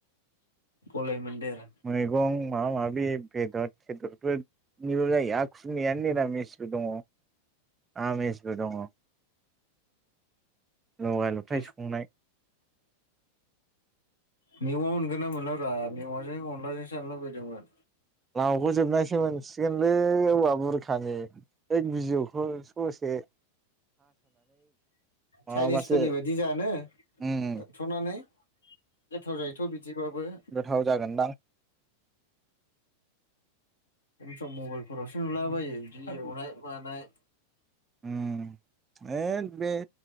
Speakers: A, on the left; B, on the right.
A: गलाय मोन्देर
B: मैगं माबा माबि बेदर <unintelligible> फोरनिल' जायो आखुनियानो निरामिस दङ आमिसबो दङ। लगाय लथाय
A: <unintelligible>
B: संनाय
A: ना मोनलाब्रा मेवाजों अनलाजों जानो लुबैदोंमोन।
B: लावबो जोबनायसो मोनसिगोनलै औवा बुरखानि बै बिजौखौ खसे माबाबासो
A: चाइनिसफोरनि बायदि जानो?
B: उम
A: दाथ'नानै गोथाव जायोथ' बिदिबाबो।
B: गोथाव जागोनदां।
A: बे सम मबाइलफोरावसो नुलाबायो बिदि एवनाय मानाय।।
B: ओम होथ बे